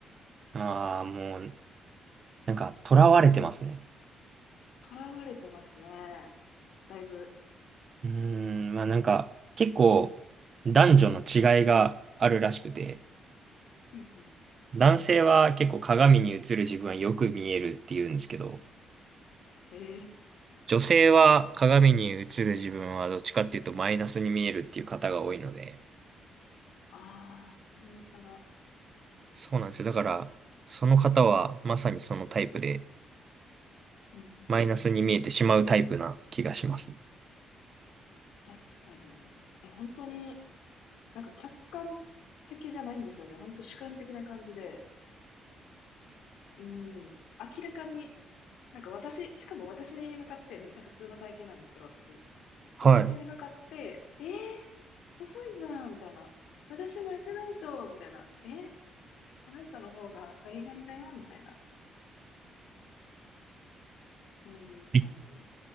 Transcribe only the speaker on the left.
囚われてますね。だいぶ。
うんうん。
ええ
ああー、そういう差が。
うんうん。
確かに。え、本当に、なんか客観的じゃないんですよね。本当主観的な感じで。うん。明らかに、なんか私、しかも私に向かって、めっちゃ普通の体型なんですけど、私。で私に向かって、
えー、細いじゃん、みたいな。私も痩せないと、みたいな。えー、あなたの方がガリガリだよ、みたいな。そういう感じ。